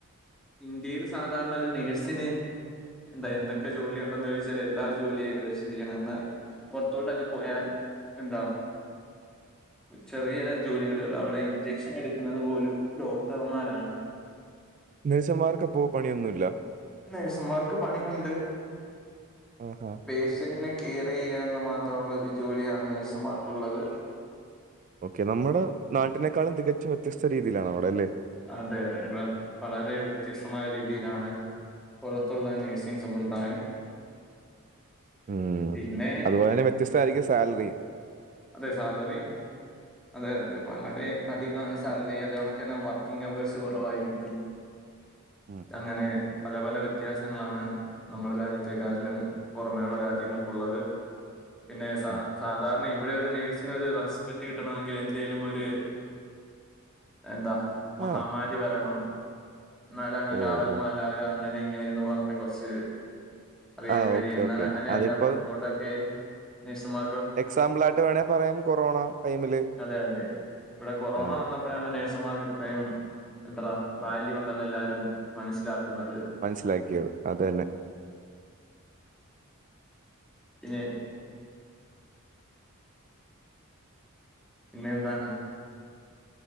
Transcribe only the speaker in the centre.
ഇന്ത്യയിൽ സാധാരണ ഒരു നേഴ്സിന് എന്താ എന്തൊക്കെ ജോലി ഉണ്ടെന്ന് ചോദിച്ചാൽ എല്ലാ ജോലിയും ഏകദേശം ചെയ്യണം എന്നാൽ പുറത്തോട്ടൊക്കെ പോയാൽ എന്താ ചെറിയ ജോലികള് അവിടെ ഇഞ്ചക്ഷൻ എടുക്കുന്നത് പോലും ഡോക്ടർമാരാണ്.
നഴ്സുമാർക്ക് പണിയുണ്ട്
പേഷ്യന്റിനെ കെയർ ചെയ്യുക എന്ന് മാത്രമുള്ള ഒരു ജോലിയാണ് നേഴ്സുമാർക്കുള്ളത്.
അതെ അതെ വ വളരെ വ്യത്യസ്തമായ രീതിയിലാണ് പുറത്തുള്ള നഴ്സിംഗ് സമ്പ്രദായം
പിന്നെ
അതെ സാലറി അതെ അതെ വളരെ അധികമാണ് സാലറി. അതെണ്ക്ക് തന്നെ വർക്കിംഗ് അവേഴ്സ് കുറവായിരിക്കും. <inaudible>
അങ്ങനെ പല പല വ്യത്യാസങ്ങളാണ് നമ്മുടെ രാജ്യത്തെേക്കാട്ടിലും പുറമേ ഉള്ള രാജ്യങ്ങൾക്കുള്ളത് പിന്നെ സ
സാധാരണ ഇവിടെ ഒരു നേഴ്സിന് ഒരു റെസ്പെക്ട് കിട്ടണമെങ്കിൽ എന്തേലും ഒരു എന്താ
മഹാമാരി വരണം എന്നാലാണ്
കാവൽ
മലാഖ അങ്ങനെ ഇങ്ങനെയന്ന് പറഞ് കുറച്ച് അറിയാൻ
കഴിയും.
എന്നാൽ
അങ്ങനെയല്ല
പുറത്തോട്ട് ക്കെ നേഴ്സുമാ
അതെ അതെ ഇവിടെ കൊറോണ
വന്ന അപ്പഴാണ് നേഴ്സുമാർക്ക് ഇത്രയും എത്ര വാല്യൂ ഉണ്ടെന്ന് എല്ലാരും മനസ്സിലാക്കുന്നത്.
പിന്നെ പിന്നെ എന്താണ്?